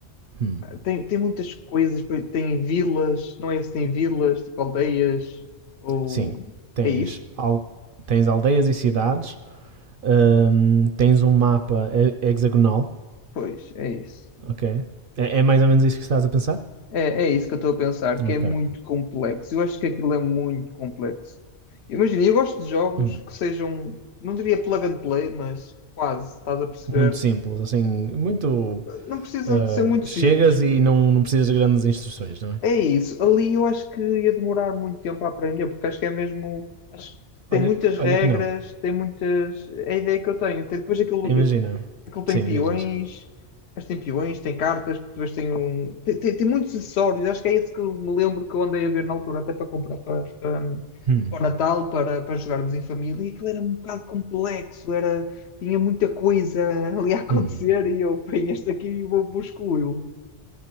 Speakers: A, on the right; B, on the left.
A: Hum,
B: Tem, tem muitas coisas, pois tem vilas, não é se tem vilas, tipo aldeias, ou
A: Sim, tens,
B: é isso?
A: al- tens aldeias e cidades, hum, tens um mapa he- hexagonal,
B: Pois, é isso.
A: ok? É, é mais ou menos isso que estás a pensar?
B: É, é isso que eu estou a pensar, que
A: Ok.
B: é muito complexo. Eu acho que aquilo é muito complexo. Imagina, eu gosto de jogos
A: Hum,
B: que sejam, não diria plug and play, mas quase, estás a perceber?
A: Muito simples, assim, muito...
B: Não precisam
A: ah,
B: de ser muito
A: chegas
B: simples.
A: e não, não precisas de grandes instruções, não é?
B: É isso. Ali eu acho que ia demorar muito tempo a aprender, porque acho que é mesmo. Acho que tem
A: Olha,
B: muitas
A: que-
B: regras,
A: olha que não.
B: tem muitas. É a ideia que eu tenho. Tem depois aquilo.
A: Imagina.
B: Aquilo tem
A: Sim,
B: peões,
A: diz, diz.
B: mas tem peões, tem cartas, depois tem um. Tem, tem, tem muitos acessórios, acho que é esse que eu me lembro que eu andei a ver na altura, até para comprar para, para,
A: Hum,
B: para o Natal, para, para jogarmos em família, e aquilo era um bocado complexo, era, tinha muita coisa ali a acontecer
A: hum.
B: e eu ponho este aqui e vou, vou excluí-lo.